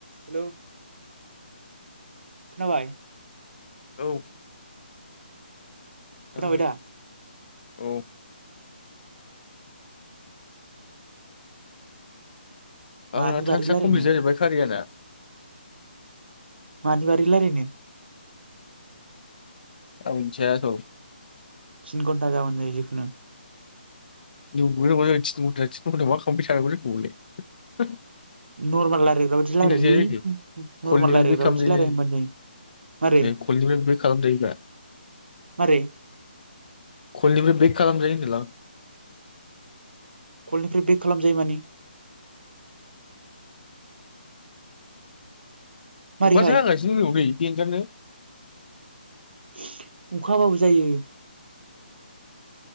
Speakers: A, on the right (about 75°); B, on the left (about 55°).
A: Hello खोनाबाय
B: औ जाबाय
A: खोनाबाय दा
B: औ
A: मानि
B: आंना
A: बारै
B: थास्कआ
A: रायलायनो
B: कमप्लिट जाजोबबाय कारियाना
A: मानि बारै रायलायनो
B: आं मोनथिया थ'
A: थिन घन्टा जाबानो जायो होनो
B: नंगौ ना नङा जाखो थिन घन्टाया थिन घन्टायाव मा खामनो फै साननांगौ जाखो बेवलाय
A: नरमेल रायलायग्रा बादि रायलायलै
B: जाया जाखो
A: नरमेल
B: कलनिफ्राय
A: रायलायग्रा
B: बेक खालामजायो
A: बायदि रायलाय
B: ना जाया?
A: होनबानो मारै
B: ए कलनिफ्राय बेक खालामजायोब्रा
A: मारै
B: कलनिफ्राय बेक खालाम जायो होनदो लां
A: कलनिफ्राय बेक खालाम जायो माने मारैहाय
B: अखासो हागासिनो <unintelligible> नै देनजारलै
A: <unintelligible> अखा हाबाबो जायो